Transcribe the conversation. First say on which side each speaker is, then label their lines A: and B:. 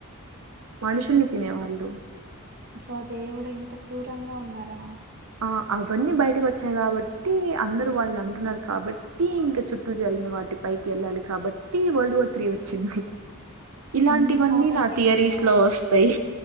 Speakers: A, on the right (about 85°); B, on the right (about 45°).
A: మనుషుల్ని తినేవాళ్ళు
B: అబ్బ దేవుడు ఇంత క్రూరంగా ఉన్నారా
A: అ అవన్నీ బయటకు వచ్చాయి కాబట్టి అందరు వాళ్ళని అంటున్నారు కాబట్టి ఇంకా చుట్టూ జరిగిన వాటి పైకి ఎళ్ళాలి కాబ టీ వల్ వార్ త్రీ చింది ఇలాంటివన్నీ
B: ఇన్ని కాబట్టీలున్నాయా?
A: నా థియరీస్ లో ఒస్తయ్